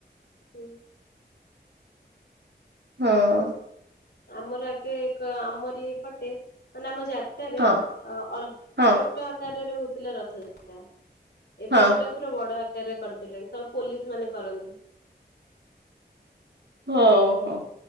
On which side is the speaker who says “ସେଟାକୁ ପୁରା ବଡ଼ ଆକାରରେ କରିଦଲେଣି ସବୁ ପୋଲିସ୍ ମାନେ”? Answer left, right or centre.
Left